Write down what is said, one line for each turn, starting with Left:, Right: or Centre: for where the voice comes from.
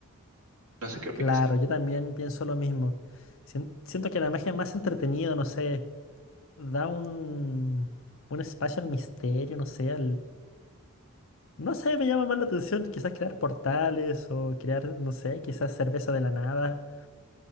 Right: No sé qué opinas
Left: Claro,
Right: tú.
Left: yo también pienso lo mismo. Sien- Siento que la magia es más entretenida, no sé, da un, un espacio al misterio, no sé, No sé, me llama más la atención quizás crear portales o crear, no sé, quizás cerveza de la nada,